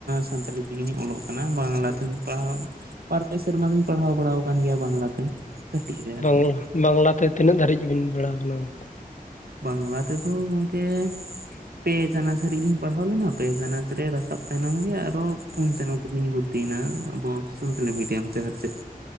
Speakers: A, on the right (about 85°); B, on the left (about 55°).
A: ᱥᱟᱱᱛᱟᱞᱤ ᱛᱮᱜᱮᱧ ᱚᱞᱚᱜ-ᱟ᱾ ᱵᱟᱝᱞᱟ
B: ᱦᱩᱸ
A: ᱛᱮᱦᱚᱧ ᱯᱟᱲᱦᱟᱣ ᱵᱟᱨ ᱯᱮ ᱥᱮᱨᱢᱟ ᱫᱩᱧ ᱯᱟᱲᱦᱟᱣ ᱵᱟᱲᱟ ᱟᱠᱟᱱ ᱜᱮᱭᱟ ᱵᱟᱝᱞᱟᱛᱮ᱾ ᱠᱟᱹᱴᱤᱡ ᱨᱮ ᱟᱨ
B: ᱵᱟᱝᱞᱟ
A: ᱪᱮᱫ
B: ᱵᱟᱝ ᱞᱟᱛᱮ ᱛᱤᱱᱟᱹᱜ ᱫᱷᱟᱹᱨᱤᱡ ᱵᱤᱱ ᱵᱟᱲ ᱟᱠᱟᱱᱟ ᱚᱱᱠᱟᱼᱼ
A: ᱵᱟᱝᱞᱟ ᱛᱮᱫᱚ ᱜᱚᱝᱠᱮ ᱯᱮ ᱪᱟᱱᱟᱪ ᱦᱟᱹᱨᱤᱡ ᱞᱤᱧ ᱯᱟᱲᱦᱟᱣ ᱞᱮᱱᱟ ᱯᱮ ᱪᱟᱱᱟᱪ ᱨᱮ ᱨᱟᱠᱟᱵ ᱛᱟᱭᱱᱚᱢ ᱜᱮᱼᱼ ᱟᱨᱚ ᱯᱩᱱ ᱪᱟᱱᱟᱪ ᱛᱮᱞᱤᱧ ᱵᱷᱩᱨᱛᱤᱭ ᱮᱱᱟ ᱟᱵᱚ ᱥᱟᱱᱛᱟᱞᱤ ᱢᱤᱰᱤᱭᱟᱢ ᱛᱮ ᱟᱨ ᱪᱮᱫ